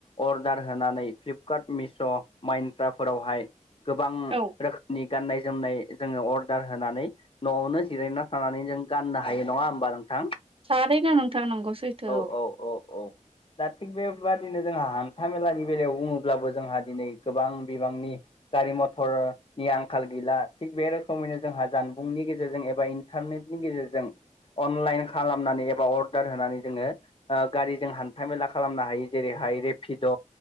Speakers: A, on the left; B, on the right.
A: अर्डार होनानै फ्लिपकार्ट मिश' माइन्त्रा फोरावहाय गोबां
B: औ
A: रोखोमनि गाननाय-जोमनाय जोङो अर्डार होनानै न'आवनो जिरायना थानानै जों गाननो हायो नङा होमबा नोंथां।
B: थारैनो नोंथां नंगौ सैथो
A: औ औ औ औ दा थिग बेबादिनो जोंहा हान्था-मेलानि बेलायाव बुङोब्लाबो जोंहा दिनै बिबांनि गारि-मथरनि आंखाल गैला थिग बे रोखोमैनो जोंहा जानबुंनि गेजेरजों एबा इ इन्टारनेटनि गेजेरजों अनलाइन खालामनानै एबा अर्डार होननानै जोङो ओ गारिजों हान्था मेला खालामनो हायो जेरैहाय रेपिड'